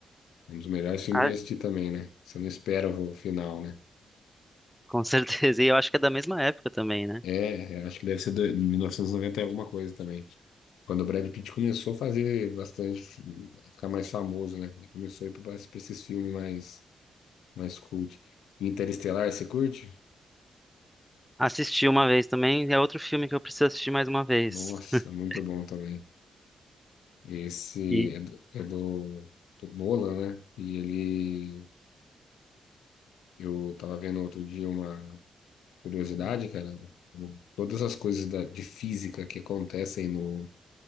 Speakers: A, on the left (about 80°); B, in the centre.
A: Um dos melhores filmes
B: Ah,
A: que eu já assisti também, né? Você não espera o final, né?
B: Com certeza. <laughs> E eu acho que é da mesma época também, né?
A: É, eu acho que deve ser de 1990 e noventa e alguma coisa também. Quando o Brad Pitt começou a fazer bastante, fi- ficar mais famoso, né? Ele começou a ir para esses filmes mais, mais cult. Interestelar, você curte?
B: Assisti uma vez também, é outro filme que eu preciso assistir mais uma vez.
A: Nossa,
B: <laughs>
A: muito bom também. Esse
B: E,
A: é do, é do, do Nolan, né? E ele. Eu tava vendo outro dia uma. curiosidade, cara, todas as coisas da- de física que acontecem no,